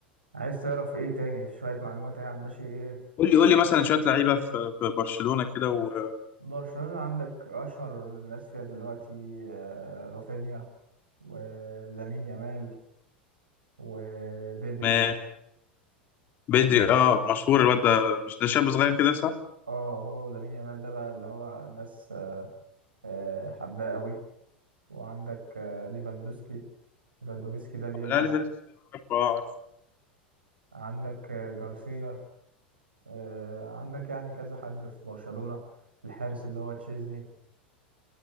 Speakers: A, on the right (about 75°); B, on the left (about 35°).
A: فعايز تعرف إيه تاني شوية معلومات يعني عن ماشي إيه
B: قول
A: عشان
B: لي قول لي مثلا شوية لعيبة في في برشلونة كده و...
A: برشلونة عندك أشهر الناس فيها دلوقتي آه، رافينيا ولامين يامال وبدري
B: ماشي بدري اه مشهور الواد ده مش ده شاب صغير كده صح؟
A: اه هو ولامين يامال ده بقى اللي هو الناس آه، حباه قوي وعندك آه، ليفاندوسكي ليفاندوفسكي ده بيلعب
B: لا عارف انت عارفه اه عارفه
A: عندك آه، جارسيا آه، عندك يعني كذا حد في برشلونة الحارس اللي هو تشيزني